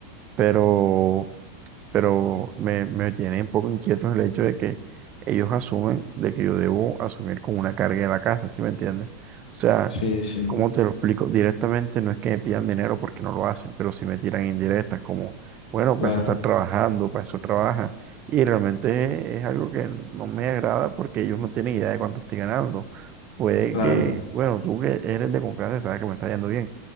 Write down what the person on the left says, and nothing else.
sí, sí,
claro,
claro,